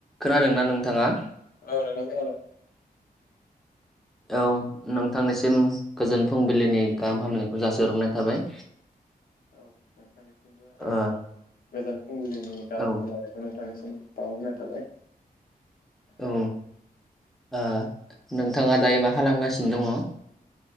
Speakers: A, in the centre; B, on the left.
A: खोनादों ना नोंथाङा?
B: औ नोंथां खोनादों
A: औ नोंथांनिसिम गोजोन फुंबिलिनि गाहाम हामलायनायखौ जासिहरग्रोनाय थाबाय
B: औ नोंथांनिसिमबो आंनि
A: ओ
B: गोजान फुंबिलिनि गाहाम
A: औ
B: हामलायनाय नोंथांनिसिम <unintelligible> थाबाय
A: औ आ नोंथाङा दायो मा खालामगासिनो दङ?